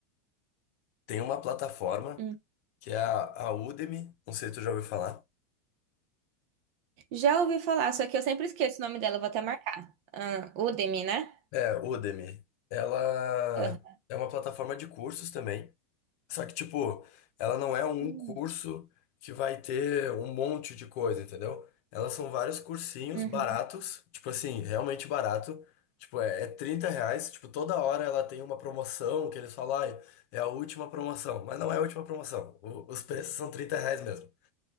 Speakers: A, on the left (about 60°); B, on the right (about 55°).
A: tem uma plataforma
B: hum.
A: que é a, a Udemy, não sei se tu já ouviu falar.
B: Já ouvi falar, só que eu sempre esqueço o nome dela, eu vou até marcar. Ah, Udemy, né?
A: É, Udemy. Ela
B: Aham.
A: é uma plataforma de cursos também. Só que, tipo, ela não é um
B: Hum,
A: curso que vai ter um monte de coisa, entendeu? Elas são vários cursinhos
B: uhum.
A: baratos, tipo assim, realmente barato. Tipo, é, é 30 reais. Tipo, toda hora ela tem uma promoção que eles falam, ai, é a última promoção. Mas não é a última promoção. O- os preços são 30 reais mesmo.